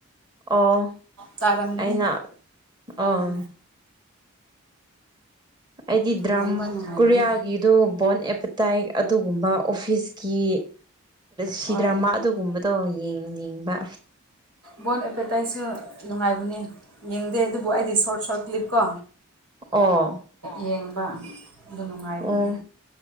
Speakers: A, on the right (about 20°); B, on the right (about 85°).
A: ꯑꯣ
B: ꯇꯔꯝꯗꯒꯤꯅꯤ
A: ꯑꯩꯅ ꯑꯥ
B: ꯎꯝ
A: ꯑꯩꯗꯤ ꯗ꯭ꯔꯝ
B: ꯌꯦꯡꯕ ꯅꯨꯡꯉꯥꯏꯕꯅꯤ
A: ꯀꯔꯤꯌꯥꯒꯤ ꯑꯗꯨ ꯕꯣꯟ ꯑꯦꯄꯇꯥꯏ ꯑꯗꯨꯒꯨꯝꯕ ꯑꯣꯐꯤꯁꯀꯤ ꯁꯤ
B: ꯍꯣꯏ
A: ꯗ꯭ꯔꯃꯥ ꯑꯗꯨꯒꯨꯝꯕꯗꯣ ꯌꯦꯡꯅꯤꯡꯕ
B: ꯕꯣꯟ ꯑꯦꯄꯦꯇꯥꯏꯁꯁꯨ ꯅꯨꯡꯉꯥꯏꯕꯅꯤ ꯌꯦꯡꯗꯦ ꯑꯗꯨꯕꯨ ꯑꯩꯗꯤ ꯁꯣꯔꯠ ꯁꯣꯔꯠ ꯀ꯭ꯂꯤꯞ ꯀꯣ
A: ꯑꯣ
B: ꯌꯦꯡꯕ ꯑꯗꯨ ꯅꯨꯡꯉꯥꯏꯕꯅꯤ
A: ꯑꯣ